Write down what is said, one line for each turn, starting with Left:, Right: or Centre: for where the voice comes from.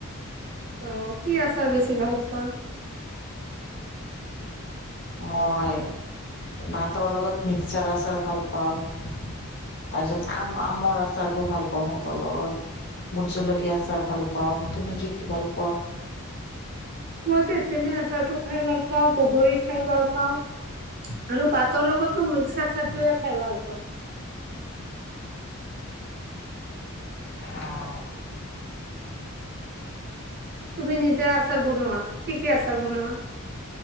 Right: অ' কি আছাৰ বেছি ভাৰত পোৱা?
Left: মই ভাতৰ লগত মিক্সাৰ আচাৰ ভাল পাওঁ। তাৰ পিছত আম-আমৰ আচাৰটো ভাল পাওঁ ভাতৰ লগত। বোত জলকীয়া আছাৰ ভাল পাও, তুমি কি কি ভাল পোৱা?
Right: মই তেতেনে আচাৰটো খাই ভাল পাওঁ বগৰী খাই ভাল পাওঁ। আৰু পাতৰ লো মিক্সা চাক খাই ভাল।
Left: অ'।
Right: তুমি নিজে আচাৰ বনোৱা, কি কি আচাৰ বনোৱা?